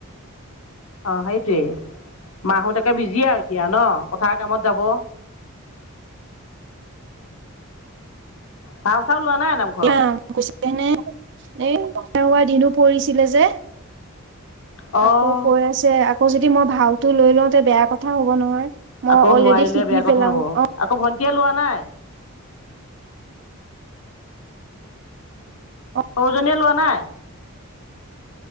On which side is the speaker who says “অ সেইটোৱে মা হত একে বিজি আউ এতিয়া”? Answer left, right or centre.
Left